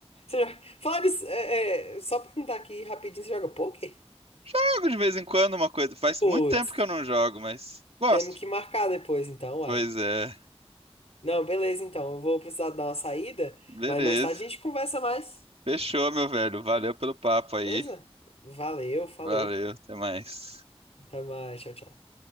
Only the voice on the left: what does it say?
Você já... Falar disso, é, é, só perguntar aqui rapidinho, você joga poker?
Putz,
temos que marcar depois então, uai.
Não, beleza então. Eu vou precisar dar uma saída,
mas mais tarde a gente conversa mais.
Beleza? Valeu, falou.
Até mais, tchau, tchau.